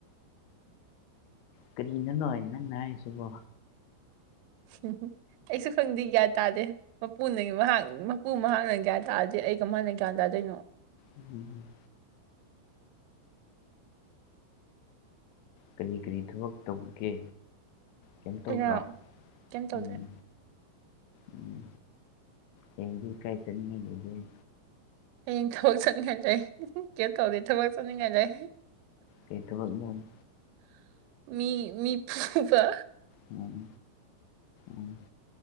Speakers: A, on the left; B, on the right.
A: ꯀꯔꯤꯅꯅꯣꯏ ꯅꯪꯅ ꯍꯥꯏꯔꯤꯁꯤꯕꯣ
B: ꯎꯝ ꯑꯩꯁꯨ ꯈꯪꯗꯦ ꯀ꯭ꯌꯥ ꯇꯥꯔꯦ ꯃꯄꯨ ꯃꯍꯥꯛꯉꯤ ꯎ ꯃꯍꯥꯛꯅꯪ ꯒꯌꯥꯟ ꯇꯔꯗꯤ ꯑꯩ ꯀꯃꯅ ꯒ꯭ꯌꯥꯟ ꯇꯥꯗꯣꯏꯅꯣ
A: ꯎꯝ ꯀꯔꯤ ꯀꯔꯤ ꯊꯕꯛ ꯇꯧꯒꯦ ꯀꯩꯅꯣ ꯇꯗ꯭ꯔꯣ
B: ꯑꯩꯔ ꯀꯩꯝ ꯇꯧꯗꯦ
A: ꯎꯝ ꯎꯝ ꯍꯦꯡꯒꯤ ꯀꯩꯁꯅꯤ ꯂꯩ
B: ꯑꯩꯅ ꯊꯕꯛ ꯆꯠꯅꯤꯡꯉꯥꯏ ꯂꯩ ꯀꯩꯅ ꯇꯧꯗꯦ ꯊꯕꯛ ꯆꯠꯅꯤꯡꯉꯥꯏ ꯂꯩ
A: ꯀꯇꯕꯅ
B: ꯃꯤ ꯃꯤ ꯄꯄꯥ
A: ꯎꯝ ꯎꯝ